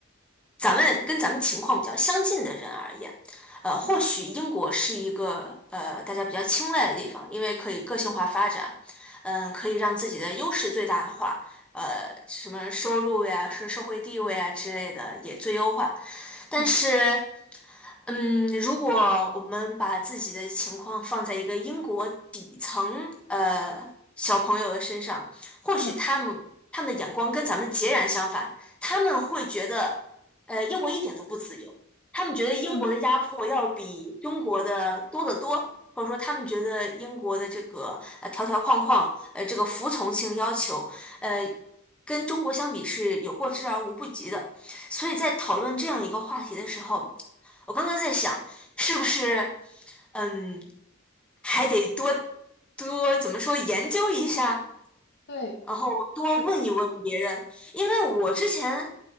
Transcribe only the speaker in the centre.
咱们跟咱们情况比较相近的人而言，呃，或许英国是一个呃大家比较青睐的地方，
因为可以个性化发展，嗯，可以让自己的优势最大化，呃，什么收入呀、是社会地位啊之类的也最优化。但是，
嗯，如果我们把自己的情况放在一个英国底层呃小朋友的身上，或许他们他们的眼光跟咱们截然相反，
他们会觉得。呃，英国一点都不自由，他们觉得英国的压迫要比中国的多得多，
或者说他们觉得英国的这个呃条条框框，呃这个服从性要求，呃跟中国相比是有过之而无不及的。所以在讨论这样一个话题的时候，我刚刚在想，是不是嗯还得多多怎么说研究一下，
然后多问一问别人，
因为我之前